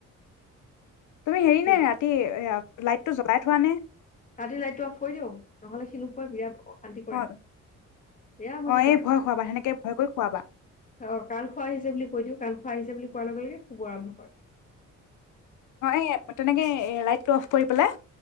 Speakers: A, on the left (about 80°); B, on the left (about 25°).
A: তুমি হেৰি
B: সি
A: নে ৰাতি‌ এয়া লাইটটো জ্বলাই থোৱা নে?
B: ৰাতি লাইটতো অফ কৰি দিওঁ, নহ'লে সি নুশুৱে বিৰাট অশান্তি কৰে,
A: অ
B: বেয়া‌ আমনি
A: অ
B: কৰে,
A: এই ভয় খুৱাবা সেনেকে ভয় কৰি খুৱাবা
B: অ', কালখোৱা আহিছে বুলি কৈ দিওঁ। কালখোৱা আহিছে বুলি কোৱাৰ লগে, লগে শুব আৰম্ভ কৰে।
A: অ', এই তেনেকে লাইটটো অফ কৰি পেলাই